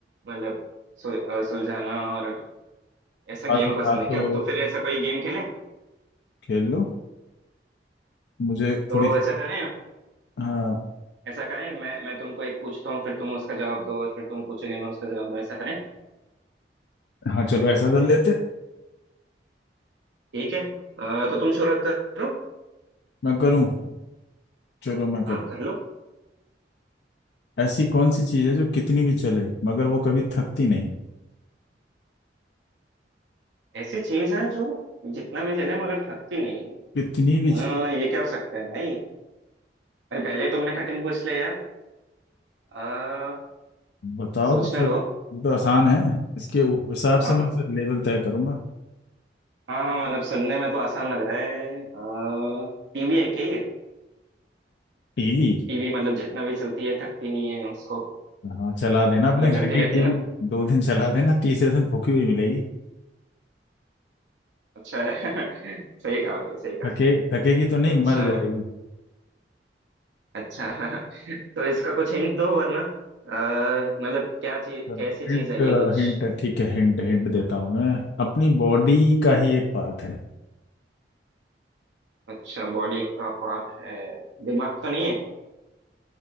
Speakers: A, on the right; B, on the left.
A: मतलब सुल, अ, सुलझाना और ऐसा गेम
B: हाँ तो
A: पसंद
B: हाँ
A: है
B: तो
A: क्या तो फिर ऐसा कोई गेम खेलें
B: खेल लो मुझे
A: तो
B: थोड़ी सी
A: ऐसा करें
B: हाँ
A: ऐसा करें मैं मैं तुमको एक पूछता हूँ फिर तुम उसका जवाब दो और फिर तुम पूछोगे मैं उसका जवाब दूँ ऐसा करें
B: हाँ चलो ऐसा कर लेते हैं
A: ठीक है अ, तो तुम शुरुआत करो
B: मैं करूँ चलो मैं कर
A: हाँ कर लो
B: ऐसी कौन सी चीज़ है जो कितनी भी चले मगर वो कभी थकती नहीं
A: ऐसी चीज है जो जितना भी चले मगर थकती नहीं
B: कितनी भी
A: अ,
B: चीज़-
A: ये क्या हो सकता है भाई भाई पहले ही तुमने कठिन पूछ लिया यार अ,
B: बताओ
A: सोचने
B: तो फिर
A: दो
B: ये तो आसान है इसके उ- हिसाब से
A: हाँ
B: मैं
A: हाँ
B: फिर लेवल तय करूंगा
A: हाँ हाँ मतलब सुनने में तो आसान लग रहा है आ, टीवी है क्या ये
B: टीवी
A: टीवी मतलब जितना भी चलती है थकती नहीं है उसको
B: हाँ चला देना अपने
A: मतलब
B: घर
A: चलती
B: की
A: रहती
B: टीवी
A: है ना
B: दो दिन चला देना तीसरे दिन फूकी हुई मिलेगी
A: अच्छा है <laughs> सही कहा भाई सही कहा
B: थके थकेगी तो नहीं
A: अच्छा
B: मर जाएगी
A: अच्छा <laughs> तो इसका कुछ हिंट दो वरना अ, मतलब क्या चीज
B: चलो
A: कैसी चीज
B: हिंट
A: है ये कुछ
B: हिंट ठीक है हिंट हिंट देता हूँ मैं अपनी बॉडी का ही एक पार्ट है
A: अच्छा बॉडी का पार्ट है दिमाग तो नहीं है